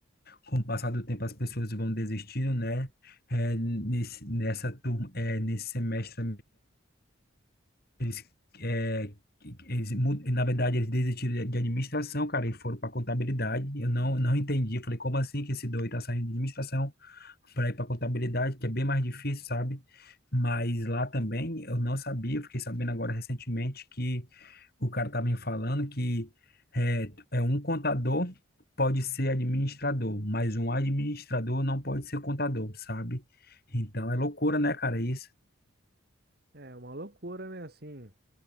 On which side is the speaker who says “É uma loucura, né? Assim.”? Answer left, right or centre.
Right